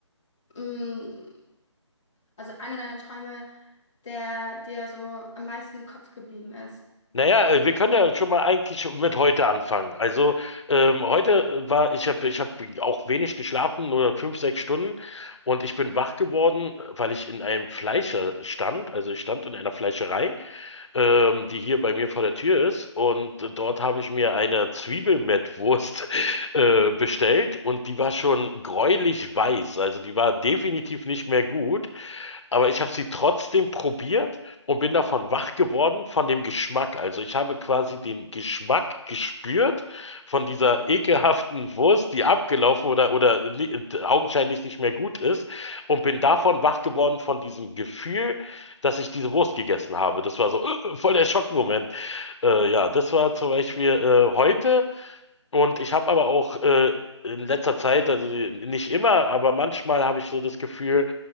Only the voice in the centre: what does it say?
mm, also einer deiner Träume, der dir so am meisten im Kopf geblieben ist.